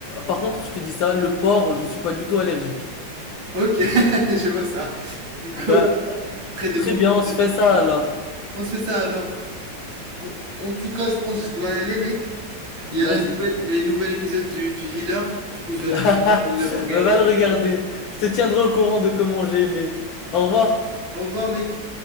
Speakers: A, on the left; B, on the right.
A: par contre, je te dis ça, le porc, je suis pas du tout allergique.
B: Ok, <laughs> je vois ça. Du coup,
A: Bah,
B: très des
A: très
B: bons coups
A: bien, on se fait ça alors.
B: On se fait ça alors. En en tout cas, je pense que je dois y aller, mec. Il y
A: Vas-y.
B: a la nouvelle, les nouveaux épisodes du, du Healer, du coup
A: <laughs>
B: je dois
A: Bah,
B: le le regarder.
A: va le regarder. Je te tiendrai au courant de comment j'ai aimé. Au revoir.
B: Au revoir mec.